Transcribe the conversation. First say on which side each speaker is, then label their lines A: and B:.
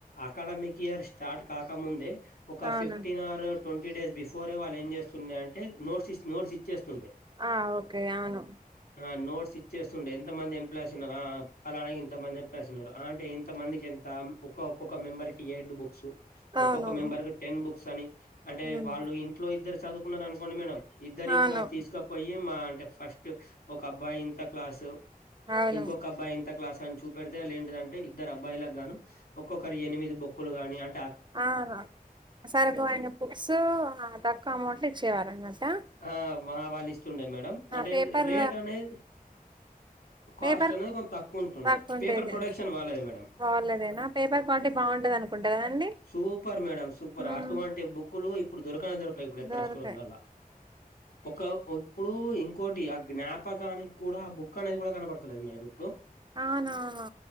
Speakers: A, on the left; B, on the right.
A: అకాడమిక్ ఇయర్ స్టార్ట్ కాకముందే ఒక
B: అవును
A: ఫిఫ్టీన్ ఆర్. ట్వంటీ డేస్ బిఫోరే వాళ్ళు ఏం చేస్తుండే అంటే నోట్స్ ఇస్తు నోట్స్. చేస్తుండే.
B: ఆ ఓకే అవును
A: ఆ నోట్స్ ఇచ్చేస్తుండే ఎంత మంది ఎంప్లాయీస్ ఉన్నారు ఆ అ పలానాకి ఇంత మంది ఎంప్లాయస్ ఉన్నారు అంటే ఇంత మందికి ఎంత ఒక్క ఒక్కొక్క మెంబర్ కి ఎడు బుక్స్
B: అవును
A: ఒక్కొక్క మెంబర్ కి టెన్ బుక్స్ అని అంటే
B: ఉమ్,
A: వాళ్ళు ఇంట్లో ఇద్దరు చదువుకున్నారు అనుకోండి మేడం ఇద్దరిఇ
B: అవును
A: కూడా తీసుకపోయి మా అంటే ఫస్ట్ ఒక అబ్బాయి ఇంత క్లాసు
B: అవును
A: ఇంకోకబ్బాయి ఇంత క్లాస్ తను చూపెడితే ఏంటిదంటే ఇద్దరు అబ్బాయిలకు గాను ఒక్కొక్కరు ఎనిమిది బుక్కులు గాని అం
B: అహా సరిపోయే అన్ని బుక్స్ తక్కువ అమౌంట్లో ఇచ్చేవారన్నట్ట
A: ఆ వ వాళ్ళు ఇస్తుండే మేడం అంటే
B: పేపర్
A: రేట్ అనేది కాస్ట్
B: పేపర్
A: అనేది కొంత తక్కువ ఉంటుండే
B: తక్కువుండేది
A: పేపర్ ప్రొడక్షన్ వాళ్లదే మేడం
B: బాలేదేనా పేపర్ క్వాలిటీ బాగుంటది అనుకుంటా కదండి
A: సూపర్ మేడం సూపర్
B: ఉమ్,
A: అటువంటి బుక్లు ఇప్పుడు దొరుకనే దొరుకయి ఇప్పుడు ఎక్కడ
B: దొరకాయి
A: స్టోర్లల్లా ఒక ఇప్పుడు ఇంకోటి ఆ జ్ఞాప్ ప్పకానికి కూడా అ బుక్ అనేది కూడా కనబడుతలేదు మేడం ఇప్పుడు
B: అవునవును